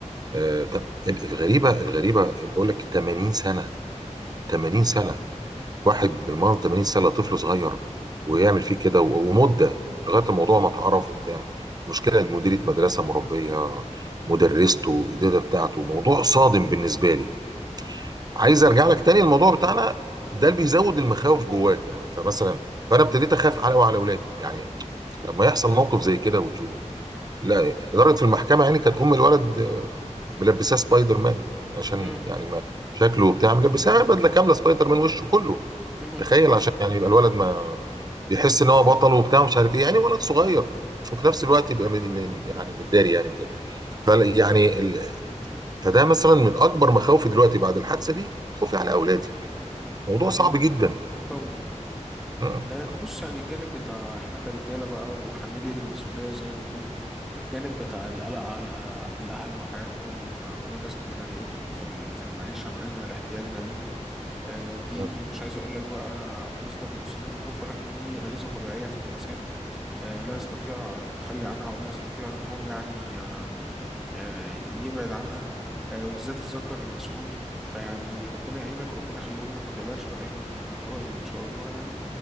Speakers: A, on the right; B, in the centre.
A: آه، طب الغريبه الغريبه بقول لك 80 سنه 80 سنه واحد بالمنظر 80 سنه طفل صغير ويعمل فيه كده و- ومده لغايه الموضوع ما اتعرف وبتاع المشكله ان مديره مدرسه مربيه مدرسته الاداره بتاعته موضوع صادم بالنسبه لي عايز ارجع لك تاني الموضوع بتاعنا ده اللي بيزود المخاوف جواك يعني فمثلا فانا ابتديت اخاف على وعلى اولادي يعني لما يحصل موقف زي كده وتشوفه لا اداره في المحكمه يعني كانت ام الولد ملبساه سبايدر مان عشان
B: مم.
A: يعني ما شكله وبتاع ملبساه بدله كامله سبايدر مان وشه كله
B: مهم.
A: تخيل عشان يعني يبقى الولد ما يحس ان هو بطل وبتاع ومش عارف ايه يعني ولد صغير وفي نفس الوقت يبقى مد- من- يعني متداري يعني وكده فال- يعني ال... فده مثلا من اكبر مخاوفي دلوقتي بعد الحادثه دي خوفي على اولادي
B: مهم.
A: موضوع صعب
B: طبعا
A: جدا
B: طبعا
A: م-
B: بص يعني الجانب بتاع احنا كرجاله بقى وحاملي المسؤوليه زي ما بنقول الجانب بتاع القلق على الاهل وحياتهم ومدى استمراريتهم في ال- في المعيشه معانا لاحتياجنا ليهم آه، دي
A: م-
B: مش عايز اقول لك بقى مصدر من مصادر الخوف ولكن دي غريزه طبيعيه في الانسان آه، لا يستطيع التخلي عنها ولا يستطيع ان هو يعني آه، آه، يبعد عنها آه، وبالذات الذكر المسؤول فيعني ربنا يعينك ربنا يخليهم لك ما تقلقش عليهم آه، ابدا ان شاء الله يعني